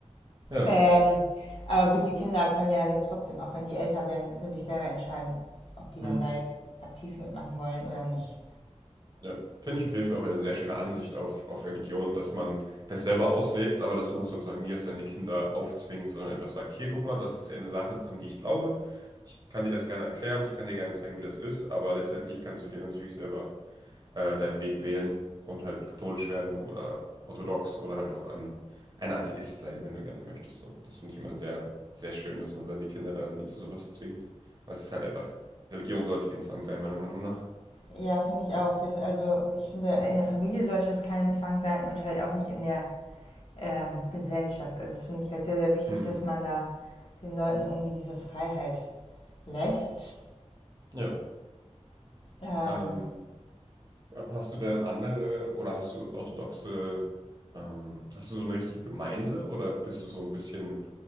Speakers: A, on the right; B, on the left.
A: Ja.
B: Ähm, aber gut, die Kinder können ja trotzdem, auch wenn die älter werden, für sich selber entscheiden, ob die dann
A: Mhm.
B: da jetzt aktiv mitmachen wollen oder nicht.
A: Ja, finde ich auf jeden Fall auch eine sehr schöne Ansicht auf, auf Religion, dass man das selber auslebt, aber dass man das sozusagen nie auf seine Kinder aufzwingt, sondern einfach sagt, hier, guck mal, das ist eine Sache, an die ich glaube. Ich kann dir das gerne erklären, ich kann dir gerne zeigen, wie das ist, aber letztendlich kannst du dir natürlich selber äh, deinen Weg wählen und halt katholisch werden oder orthodox oder halt auch an, ein Atheist sein, wenn du gerne möchtest. So. Das finde ich immer sehr, sehr schön, dass man seine Kinder da nie zu sowas zwingt. Weil es ist halt einfach, Religion sollte kein Zwang sein, meiner Meinung nach.
B: Ja, finde ich auch. Das, also ich finde, in der Familie sollte es kein Zwang sein und halt auch nicht in der ähm, Gesellschaft. Also das finde ich halt sehr, sehr wichtig,
A: Hm.
B: dass man da den Leuten irgendwie diese Freiheit lässt.
A: Ja.
B: Ähm,
A: Ähm, Ja, hast du denn andere oder hast du orthodoxe, ähm, hast du so eine richtige Gemeinde oder bist du so ein bisschen